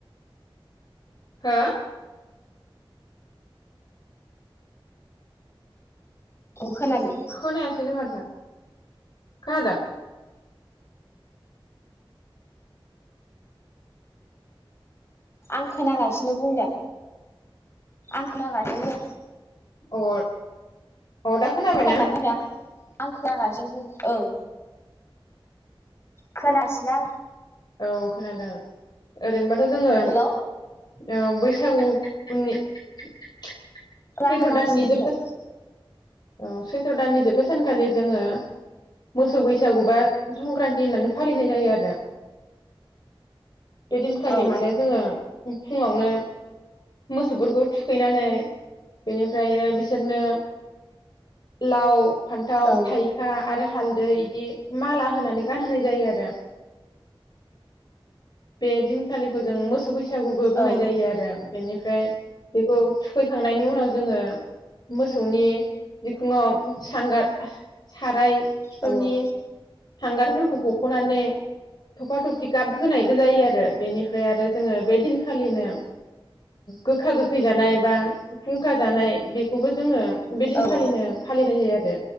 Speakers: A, on the left; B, on the left.
A: हो
B: औ खोनादों
A: खोनायासैनो मााथो। खोनादों।
B: आं खोनागासिनो बुं दे आं खोनागासिनो
A: अ अदा खोनाबायना?
B: खोनादों खोनादों आं खोनागासिनो ओं खोनासिना आं।
A: औ खोनादों ओरैनोबाथ' जोङो
B: हेलौ
A: बै <unintelligible> उननि सैथ्र
B: आं खोनागासिनो
A: दाननि
B: बुंदो
A: जोब औ सैथ्र' दाननि जोबथा‌ सानखालि जोंङो मोसौ बैसागु बा संक्रान्ति होननानै फालिनाय जायो आरो बे दिनखालि
B: औ
A: माने जोंङो फुंङावनो मोसौफोरखौ थुखैनानै बेनिफ्रयो बिसोरनो लाव फान्थाव
B: औ
A: थाइखा आरो हालदै इदि माला होनानै गानहोनाय जायो आरो बे दिनखालिखौ जों मोसौ बैसा बैसागुबो बुंनाय
B: औ
A: जायो आरो बेनि फ्राय बेखौ थुखैखांनायनि उनाव जोंङो मोसौनि बिखुंङाव सांगार <inaudible> साराय सुनि
B: दानहरनाय
A: हांगारफोरखौ हख'नानै थफा थफि गाब होनायबो जायो आरो बेनिफ्राय आरो जोंङो बे दिनखालिनो गोखा गोखै जानाय बा खुंखा जानाय बेखौबो जोंङो
B: जायो
A: बे दिन खालिनो फालिनाय जायो आरो